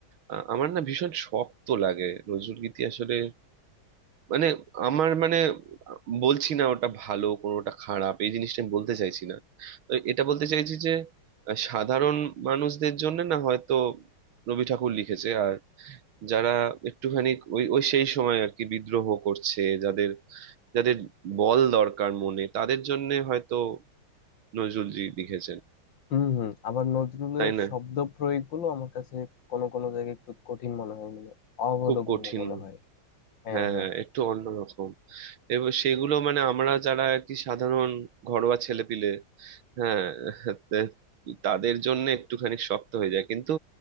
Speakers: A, on the right; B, on the left.
A: আহ, আমার না ভীষণ শক্ত লাগে নজরুল গীতি আসলে মানে আমার মানে বলছি না ওটা ভালো কোনোটা খারাপ এই জিনিসটা আমি বলতে চাইছি না তো এটা বলতে চাইছি যে আহ, সাধারণ মানুষদের জন্য না হয়তো রবি ঠাকুর লিখেছে আর যারা একটুখানি ওই ওই সেই সময় আর কি বিদ্রোহ করছে যাদের যাদের বল দরকার মনে তাদের জন্য হয়তো নজরুলজি লিখেছেন
B: হুম হুম আবার নজরুলের
A: তাই না
B: শব্দ প্রয়োগগুলো আমার কাছে কোনো কোনো জায়গায় একটু কঠিন মনে হয় মানে অবোধগম্য
A: খুব কঠিন
B: মনে হয় হ্যাঁ
A: হ্যাঁ
B: হ্যাঁ
A: হ্যাঁ, একটু অন্যরকম এবং সেগুলো মানে আমরা যারা আর কি সাধারণ ঘরোয়া ছেলেপিলে হ্যাঁ তে- তাদের জন্য একটুখানি শক্ত হয়ে যায় কিন্তু